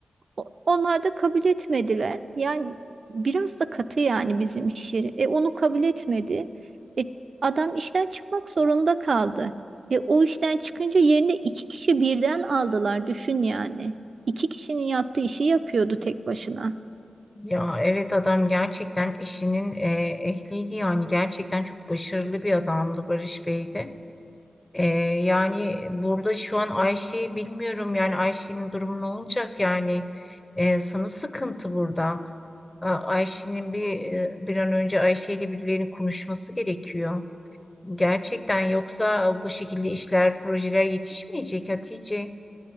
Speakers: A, on the right; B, on the left.
A: o- Onlar da kabul etmediler. Yani biraz da katı yani bizim iş yeri. E onu kabul etmedi. E, adam işten çıkmak zorunda kaldı. E o işten çıkınca yerine iki kişi birden aldılar. Düşün yani. İki kişinin yaptığı işi yapıyordu tek başına.
B: Ya evet adam gerçekten işinin e, ehliydi yani gerçekten çok başarılı bir adamdı Barış Bey de. E, yani burada şu an Ayşe'yi bilmiyorum yani Ayşe'nin durumu ne olacak yani e, sana sıkıntı burada. A- Ayşe'nin bir e, bir an önce Ayşe ile birilerinin konuşması gerekiyor. Gerçekten yoksa bu şekilde işler projeler yetişmeyecek Hatice.